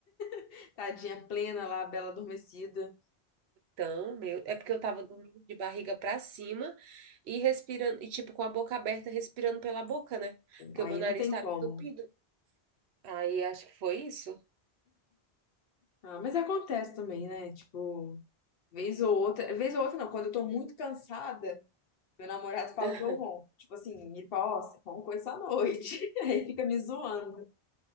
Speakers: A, on the left (about 65°); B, on the right (about 75°).
A: <laughs> Tadinha plena lá, bela adormecida.
B: Então, meu, é porque eu tava dormindo de barriga pra cima e respirando, e tipo, com a boca aberta, respirando pela boca, né? Porque
A: Aí
B: o meu nariz
A: não tem
B: tava
A: como.
B: entupido. Aí acho que foi isso.
A: Ah, mas acontece também, né? Tipo, vez ou outra, vez ou outra não, quando eu tô muito cansada, meu namorado fala
B: <laughs>
A: que eu ronco. Tipo assim, ele fala, ó, você roncou essa noite. <laughs> Aí fica me zoando.